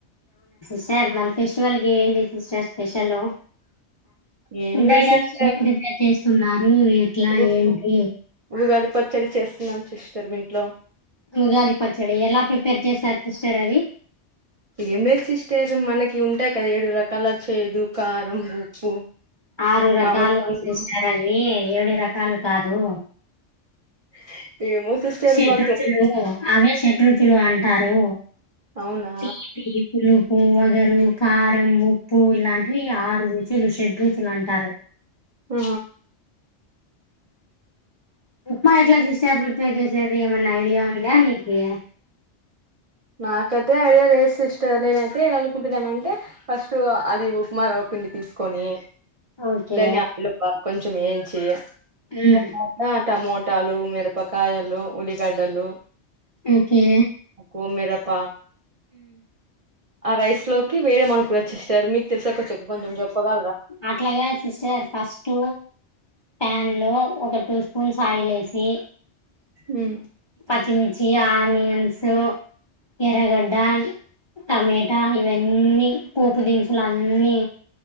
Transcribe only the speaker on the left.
స్టర్ మన ఫెస్టివల్కి ఏంటి సిస్టర్ స్పెషలు
ఫుడ్
ఐటమ్స్
ఏం ప్రిపేర్ చేస్ తు నాద్ హు ఎట్లా
ఏంటి
ఉగాది పచ్చడి ఎలా ప్రిపేర్ చేసారు సిస్టార్ అది
ఆరు రకాలు
సిస్టర్ అవి ఏడు రకాలు కాదు
షడ్రుచులు
అవే షడ్రుచులు అం టారు
తీపి పులుపు వగరు కారం ఉప్ పువ్వులాం ట్వి ఆరు రుచులు షడ్ రుచులు అంటారు
ఉప్మా ఎట్లా సిస్టర్ ప్రిపేర్ చేసేది ఏమన్నా ఐడియా ఉందా నీకి
ఓకే
మ్మ్
ఓకే.
అట్లా కాదు సిస్టర్ ఫస్ట్ పాన్ లో ఒక టూ స్పూ స్పూన్స్ ఆయిల్ వేసి.
పచ్చిమిర్చి, ఆనియన్స్, ఎర్రగడ్డ, టమటా. ఇవ్వన్నీ పోపు దినుసులు అన్ని